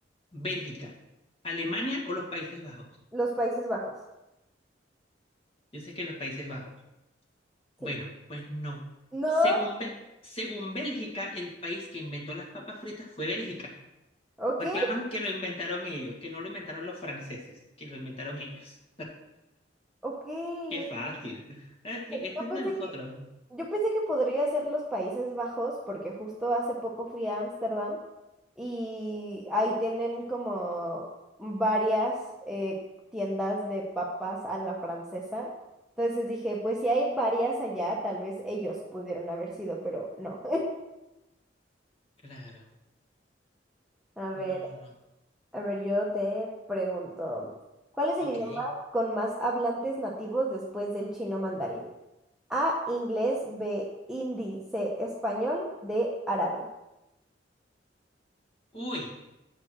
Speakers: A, on the left; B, in the centre.
A: Bélgica, Alemania o los Países Bajos?
B: Los Países Bajos.
A: Dice que los Países Bajos. Bueno,
B: Sí.
A: pues no.
B: No,
A: Según, Be- según Bélgica, el país que inventó las papas fritas fue Bélgica.
B: ok,
A: Reclaman que lo inventaron ellos, que no lo inventaron los franceses, que lo inventaron ellos.
B: ok,
A: Qué
B: ok.
A: fácil. Ah, sí,
B: Yo
A: ese es
B: pensé
A: de nosotros.
B: que, yo pensé que podría ser los Países Bajos, porque justo hace poco fui a Ámsterdam y ahí tienen como varias eh, tiendas de papas a la francesa. Entonces dije, pues si hay varias allá, tal vez ellos pudieron haber sido, pero no. <laughs>
A: Claro.
B: A ver,
A: No, no.
B: a ver, yo te pregunto, ¿cuál es el
A: Ok.
B: idioma con más hablantes nativos después del chino mandarín? A, inglés, B, hindi, C, español, D, árabe.
A: Uy,